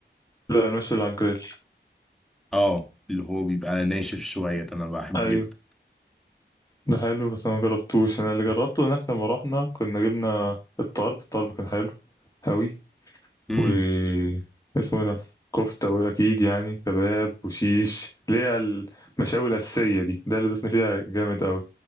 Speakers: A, on the left; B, in the centre.
A: لا المشوي اللي على الجريل
B: اه اللي هو بيبقى ناشف شوية ده انا بحبه
A: ايوه
B: جدا
A: ده حلو بس انا ما جربتوش انا اللي جربته هناك لما رحنا كنا جبنا الطرب الطرب كان حلو أوي
B: امم
A: و اسمه إيه ده كفتة وأكيد يعني كباب وشيش اللي هي المشاوي الأساسية دي ده اللي دوسنا فيها جامد أوي